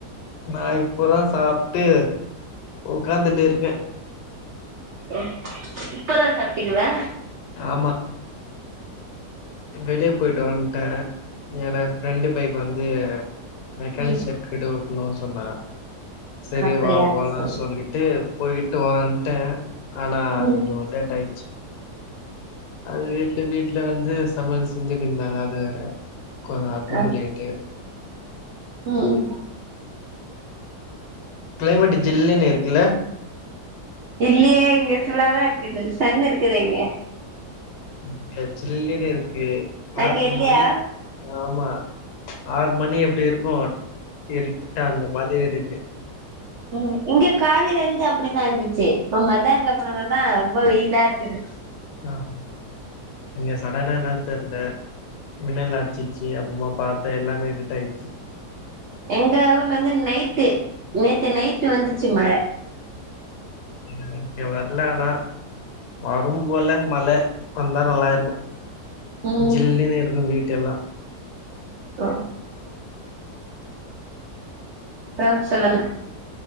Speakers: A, on the left; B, on the right.
A: நா இப்பதா சாப்ட்டு உ்க்காந்துட்டு இருக்கே
B: ஒ இப்ப தா சாப்பிட்டீங்களா
A: ஆமா வெளிய போயிட்டு வந்துட்டேன் என ஃப்ரெண்டு பைக்கு வந்து மெக்கானிக்
B: ம்
A: ஷெட்கிட்ட விடனும் சொன்னா செரி
B: அப்படியா
A: வா போலா
B: சரி
A: சொல்லிட்டு போயிட்டு வான் த ஆனா
B: ம்
A: கொஞ்சே டேட் ஆயி அது லேட்ல வீட்ல வந்து சமைல் செஞ்சுட்டு இர்ந்தாங்க அது வேற கொஞ்சோ அப்போவு
B: அ
A: லேட்டு
B: ம்
A: க்ளைமேட்டு ஜில்லுனு இருக்குல்ல
B: இல்லியே இங்க சூடா தா இருக்குது சன் இருக்குதே இங்க
A: இங்க ஜில்லுனு இருக்கு
B: அங்க
A: ஆறு
B: இல்லையா
A: மணி ஆமா ஆற் மணி எப்டி இருக்கு இருட்டா அந்த மாதுரி இருக்கு
B: உம் இங்க காலையில இருந்து அப்டிதா இருந்துச்சு இப்ப மத்தியான அப்பறமா தா ரொம்ப வெயிலா இருக்குது
A: ஆஹ் இங்கச் சடனா என்னன்னு தெரில மின்னல் அடிச்சிச்சு அப்புறமா பாத்தா எல்லாமே இருட் ஆயிடுச்சு
B: எங்க ஊர்ல வந்து நைட்டு நேத்து நைட்டு வந்துச்சு மழ
A: ம் இங்க வரல ஆனா வரு போல மழ வந்தா நல்லாயிருக்கு
B: ம்
A: ஜில்லுன்னு இருக்கும் வீட் டெல்லா
B: ஒ அப்றோ சொல்லுங்க.